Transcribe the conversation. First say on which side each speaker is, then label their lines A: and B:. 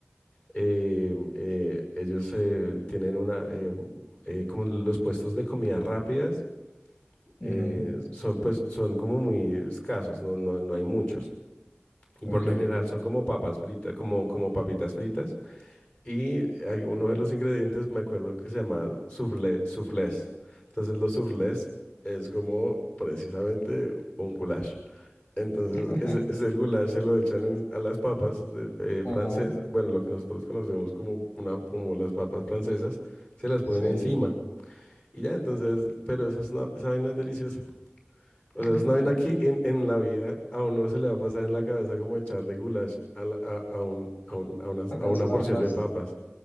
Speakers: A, on the left; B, on the left.
A: eh, eh, ellos eh, tienen una, eh, eh, como los puestos de comida rápidas,
B: ujú,
A: eh, son, pues, son como muy escasos, no, no, no hay muchos. Y
B: ok,
A: por lo general son como papas fritas, como, como papitas fritas y hay uno de los ingredientes, me acuerdo que se llama soufflé, soufflés. Entonces los soufflés es como precisamente un goulash. Entonces
B: <laughs>
A: ese, ese el goulash se lo echan en- a las papas de, eh,
B: ajá,
A: francesas, bueno, lo que nosotros conocemos como, una, como las papas francesas, se las ponen
B: sí,
A: encima. Y ya, entonces, pero esa, es una- esa vaina es deliciosa. O
B: <laughs>
A: sea, es una vaina que en, en la vida a uno se le va a pasar en la cabeza como echarle goulash a, la- a, a un- a un- a unas-
B: unas
A: a una
B: papas,
A: porción de papas.